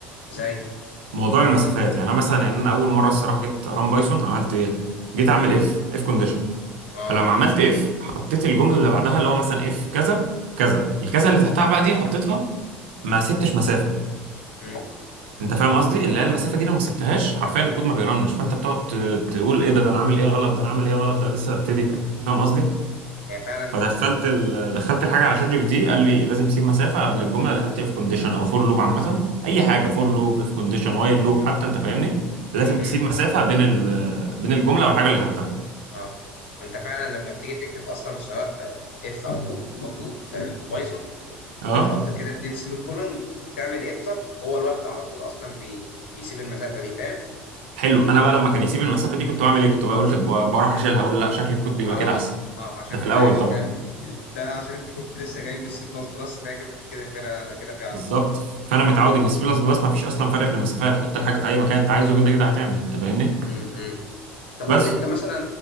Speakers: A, on the left; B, on the right.
A: زي
B: موضوع المسافات يعني انا مثلا يعني انا اول مره الصراحه جيت ران بايثون عملت ايه جيت اعمل اف اف كونديشن
A: اه
B: فلما عملت اف حطيت الجمله اللي بعدها اللي هو مثلا اف كذا كذا الكذا اللي تحتها بقى دي حطيتها ما سبتش مسافه
A: مم.
B: انت فاهم قصدي اللي هي المسافه دي لو ما سبتهاش حرفيا الكود ما بيرنش فانت بتقعد ت- تقول ايه ده ده انا عامل ايه غلط ده انا عامل ايه غلط ده لسه ببتدي فاهم قصدي
A: يعني فعلا
B: فدخلت ال... دخلت الحاجه على شات جي بي تي قال لي لازم تسيب مسافه قبل الجمله اللي تحت اف كونديشن او فور لوب عامه اي حاجه فور لوب اف كونديشن وايل لوب حتى انت فاهمني لازم
A: مم. مم.
B: تسيب مسافه بين ال... بين الجمله والحاجه اللي تحتها
A: اه انت فعلا لما بتيجي تكتب اصلا سواء اف او فور لوب في في بايثون
B: اه
A: بتحط كده اتنين سيمي كولون تعمل انتر هو لوحده على طول اصلا بي... بيسيب المسافه دي فاهم
B: حلو انا بقى لما كان يسيب المسافه دي كنت بعمل ايه كنت بقول ب- بروح اشيلها اقول لا شكل الكود بيبقى
A: اه
B: كده احسن
A: اه عشان
B: ده في
A: كده
B: الاول
A: ايوه
B: طبعا
A: فاهم ده عشان انت كنت لسه جاي من السي بلس بلس فهي كانت بتتكتب هنا كده فعلا
B: بالظبط
A: اه
B: فانا متعود ان السي بلس بلس ما فيش اصلا فرق في المسافات حط الحاجه في اي مكان انت عايزه كده كده هتعمل انت فاهمني
A: مم. طب
B: بس
A: قول لي انت مثلا